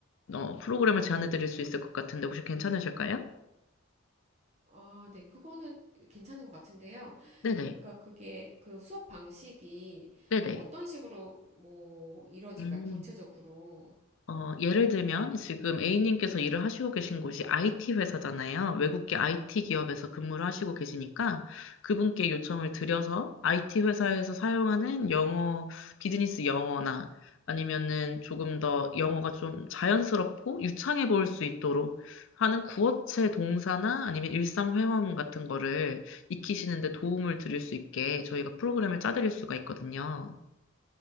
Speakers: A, on the left (about 60°); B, on the right (about 30°).
A: 어, 프로그램을 제안해 드릴 수 있을 것 같은데 혹시 괜찮으실까요?
B: 아, 네. 그거는 괜찮은 것 같은데요.
A: 네네.
B: 그러니까 그게 그 수업 방식이
A: 네네.
B: 어떤 식으로 뭐 이루어질까요?
A: 음.
B: 구체적으로.
A: 어, 예를 들면 지금 A님께서 일을 하시고 계신 곳이 IT 회사잖아요. 외국계 IT 기업에서
B: 음,
A: 근무를 하시고 계시니까 그분께 요청을 드려서 IT 회사에서 사용하는 영어, 비즈니스 영어나 아니면은 조금 더 영어가 좀 자연스럽고 유창해 보일 수 있도록 하는 구어체 동사나 아니면 일상 회화문 같은 거를 익히시는데 도움을 드릴 수 있게 저희가 프로그램을 짜드릴 수가 있거든요.